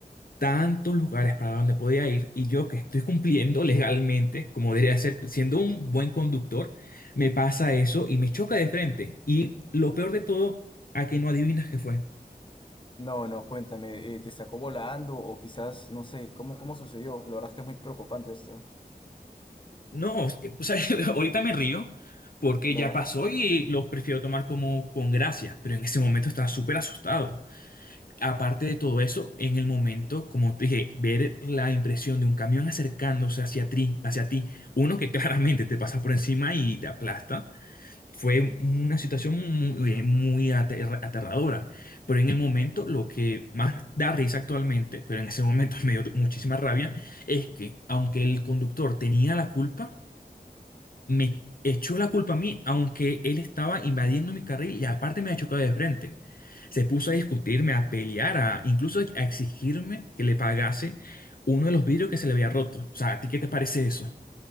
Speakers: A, on the left (about 65°); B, on the left (about 30°).
A: tantos lugares para donde podía ir, y yo que estoy cumpliendo <laughs> legalmente, como debería ser, siendo un buen conductor, me pasa eso y me choca de frente. Y lo peor de todo, a que no adivinas qué fue.
B: No, no, cuéntame, eh, ¿te sacó volando o quizás, no sé, cómo, cómo sucedió? La verdad es que es muy preocupante esto.
A: No, o sea, <laughs> ahorita me río porque
B: Claro.
A: ya pasó y lo prefiero tomar como con gracia, pero en ese momento estaba súper asustado. Aparte de todo eso, en el momento, como te dije, ver la impresión de un camión acercándose hacia ti, hacia ti, uno que <laughs> claramente te pasa por encima y te aplasta, fue una situación muy, eh, muy aterra- aterradora. Pero en el momento, lo que más da risa actualmente, pero en ese momento <laughs> me dio muchísima rabia, es que aunque el conductor tenía la culpa, me echó la culpa a mí, aunque él estaba invadiendo mi carril y aparte me ha chocado de frente. Se puso a discutirme, a pelear, a incluso a exigirme que le pagase uno de los vidrios que se le había roto. O sea, ¿a ti qué te parece eso?